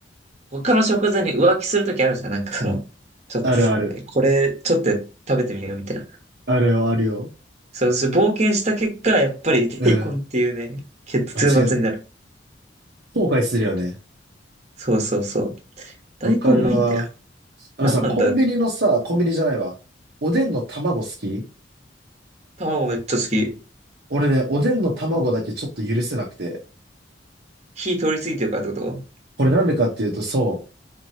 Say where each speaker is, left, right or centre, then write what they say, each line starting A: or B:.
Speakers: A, on the right; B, on the right.
A: 他の食材に浮気するときあるじゃん。なんかその、ちょっとさ、
B: あるある。
A: えこれ、ちょっと食べてみようみたいな。
B: あるよ、あるよ。
A: そう、そう冒険した結果、やっぱり大根っていうね、
B: うん。
A: 結末になる。
B: あ、違う。後悔するよね。
A: そうそうそう。大根うまいんだよ。
B: わかるわ。あのさ、
A: 何なんだろう。
B: コンビニのさ、コンビニじゃないわ。おでんの卵好き
A: 卵めっちゃ好き。
B: 俺ね、おでんの卵だけちょっと許せなくて。
A: 火通り過ぎてるからってこと
B: これなんでかっていうと、そう。